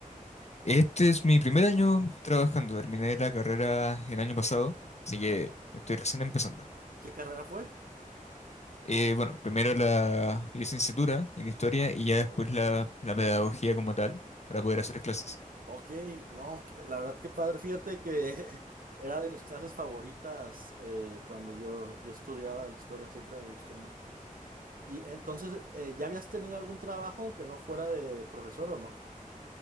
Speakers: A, on the left; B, on the right.
A: Este es mi primer año trabajando. Terminé la carrera el año pasado, así
B: Ajá.
A: que estoy recién empezando.
B: ¿Qué carrera fue?
A: Eh, bueno, primero la licenciatura en historia y ya después
B: Oh,
A: la, la pedagogía como tal para poder hacer clases.
B: ok, no, que- la verdad que padre. Fíjate que <laughs> era de mis clases favoritas eh, cuando yo, yo estudiaba historia, siempre me gustó mucho. Y entonces, eh, ¿ya habías tenido algún trabajo aunque no fuera de profesor o no?